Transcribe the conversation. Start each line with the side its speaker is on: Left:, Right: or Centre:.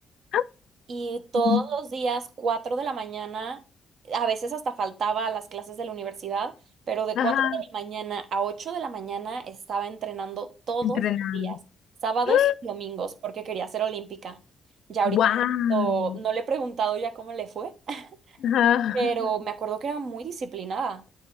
Left: Ah,
Right: y todos
Left: Ujú.
Right: los días, 4 de la mañana, a veces hasta faltaba a las clases de la universidad, pero de
Left: Ajá,
Right: 4 de la mañana a 8 de la mañana estaba entrenando todos
Left: entrenando.
Right: los días, sábados
Left: <gasps>
Right: y domingos, porque quería ser olímpica. Ya
Left: ¡Wow!
Right: ahorita no, no le he preguntado ya cómo le fue, <laughs>
Left: <laughs>
Right: pero me acuerdo que era muy disciplinada